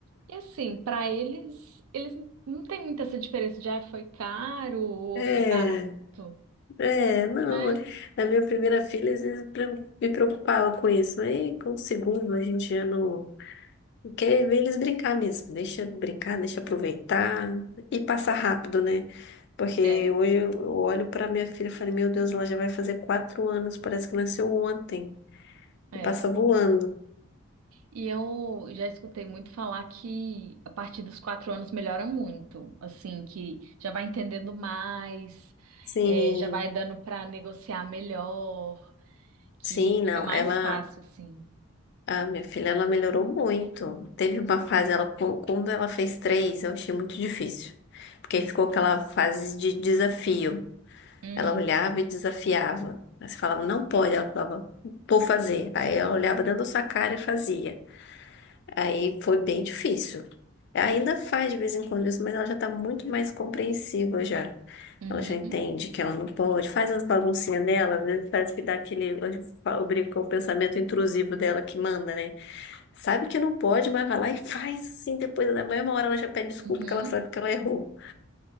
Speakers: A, on the right; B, on the left.
A: E assim, pra eles, eles não tem muita essa diferença de ah, foi caro ou
B: É,
A: foi barato,
B: é, não.
A: né?
B: Na minha primeira filha, às vezes eu pre- me preocupava com isso. Aí com o segundo a gente já não. Quer ver eles brincar mesmo. Deixa brincar, deixa aproveitar e passar rápido, né? Porque
A: É,
B: hoje eu eu olho pra minha filha e falo, meu Deus, ela já vai fazer quatro anos, parece que nasceu ontem
A: é.
B: e passa voando.
A: E eu já escutei muito falar que a partir dos quatro anos melhora muito, assim, que já vai entendendo mais,
B: Sim,
A: é, já vai dando para negociar melhor, que
B: sim, não.
A: fica mais
B: Ela,
A: fácil, assim.
B: a minha filha, ela melhorou muito. Teve uma fase, ela, qu- quando ela fez três, eu achei muito difícil. Porque aí ficou aquela fase de desafio.
A: Hum,
B: Ela olhava e desafiava. Aí você falava, não pode. Ela falava, vou fazer. Aí ela olhava dentro da sua cara e fazia. Aí foi bem difícil. Ainda faz de vez em quando isso, mas ela já tá muito mais compreensiva já.
A: uhum,
B: Ela já entende que ela não pode. Faz as baguncinhas dela, às vezes parece que dá aquele. Eu brinco com o pensamento intrusivo dela que manda, né? Sabe que não pode, mas vai lá e faz assim. Depois, na mesma hora, ela já pede desculpa
A: uhum,
B: porque ela sabe que ela errou.